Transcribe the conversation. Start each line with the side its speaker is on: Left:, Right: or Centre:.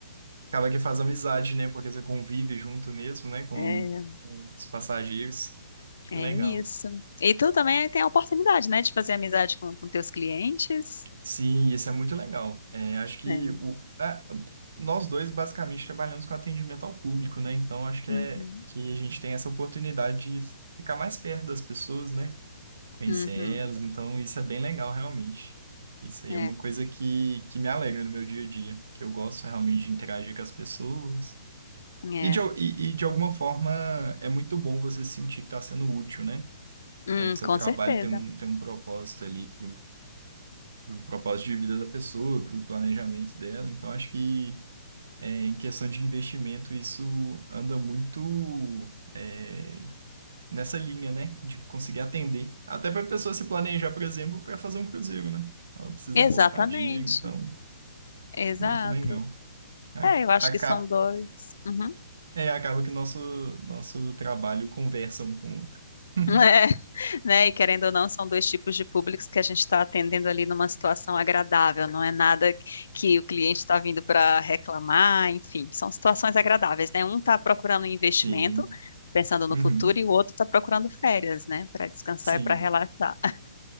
Right: Acaba que faz amizade, né? Porque você convive junto mesmo, né? Com,
Left: É,
Right: com os passageiros. Que
Left: É
Right: legal.
Left: isso. E tu também tem a oportunidade, né, de fazer amizade com, com teus clientes.
Right: Sim, isso é muito legal. É, acho que
Left: É.
Right: o, é, nós dois basicamente trabalhamos com atendimento ao público, né? Então acho que
Left: Uhum.
Right: é que a gente tem essa oportunidade de ficar mais perto das pessoas, né? Conhecer
Left: Uhum.
Right: elas. Então isso é bem legal, realmente. Isso aí
Left: É,
Right: é uma
Left: é,
Right: coisa que, que me alegra no meu dia a dia, que eu gosto realmente de interagir com as pessoas.
Left: é.
Right: E de,
Left: É.
Right: al- e, e de alguma forma é muito bom você sentir que está sendo útil, né?
Left: Hum,
Right: É que seu
Left: com
Right: trabalho
Left: certeza.
Right: tem um, tem um propósito ali pro propósito de vida da pessoa, pro planejamento dela. Então, acho que é, em questão de investimento, isso anda muito é, nessa linha, né? De conseguir atender. Até para a pessoa se planejar, por exemplo, para fazer um cruzeiro, né? Ela precisa
Left: Exatamente.
Right: poupar dinheiro, então,
Left: Exato.
Right: muito legal. A-
Left: É, eu acho
Right: Acaba,
Left: que são dois. Uhum.
Right: é, acaba que nosso, nosso trabalho conversa um com o outro. <laughs>
Left: <laughs> né? E querendo ou não, são dois tipos de públicos que a gente está atendendo ali numa situação agradável, não é nada que o cliente está vindo para reclamar, enfim, são situações agradáveis, né? Um está procurando um investimento,
Right: Sim,
Left: pensando no
Right: uhum,
Left: futuro, e o outro está procurando férias, né? Para descansar
Right: sim,
Left: e para relaxar.